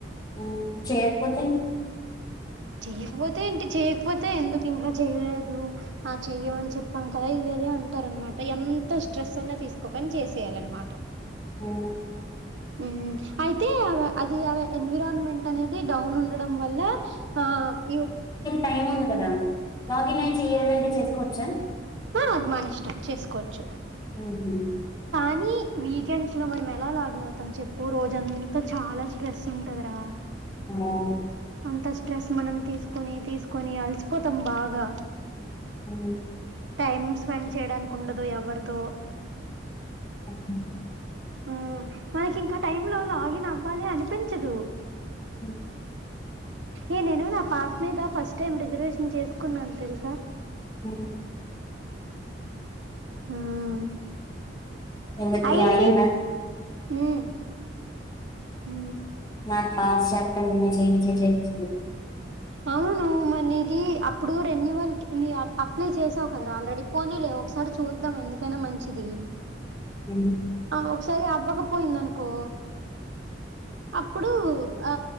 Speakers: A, on the left (about 25°); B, on the right (about 80°).
A: ఉమ్ చె పోతే
B: చెయకపోతే ఏంటి చేయకపోతే ఎందుకు ఇంకా చెయలేదు ఆ చెయ్యమని చెప్పాం కదా ఇది అది అంటారు అనమాట ఎంత స్ట్రెస్ అన్నా తీసుకోకని చేసేయాల అనమాట
A: ఉమ్
B: ఉమ్ అయితే అ అది అవి ఎన్విరాన్మెంట్ అనేది డౌన్ ఉండడం వల్ల ఆ యు
A: టైమ్ ఉంది కదా లాగిన్ అయ్యి చెయ్యాలంటే చేసుకోండ్ చ్చా
B: ఆ అదిమానిష్టం చేసుకోవచ్చు
A: ఉహుం.
B: కానీ వీకెండ్స్ లో మనం ఎలా లోగినవుతం చెప్పు రోజంతా చాలా స్ట్రెస్ ఉంటదరా
A: అవును
B: అంత స్ట్రెస్ మనం తీసుకుొని తీసుకుొని అలసిపోతాం బాగా
A: అ
B: టైమ్ స్పెండ్ చేయడానికి ఉండదు ఎవరితో
A: అవును
B: ఉ మనకి ఇంకా టైమ్ లో లాగిన్ అవ్వాలి అనిపించదు
A: ఉ
B: ఏ నేను నా పాస్ మీద ఫస్ట్ టైమ్ రిజర్వేషన్ చేసుకున్నాను తెలుసా
A: అ
B: ఉమ్
A: ఎందుకు
B: అయింది
A: ఈ అయిందా
B: ఉమ్ ఉ
A: <unintelligible>
B: అవును మ నీది అప్పుడు రెన్యువల్ అప్లై చేసావు కదరా ఆల్రెడీ పోనీ లే ఒకసారి చూద్దాం ఎందుకైనా మంచిది
A: ఉమ్
B: ఆ ఒకసారి అవ్వకపోయిందనుకో అప్పుడు ఆ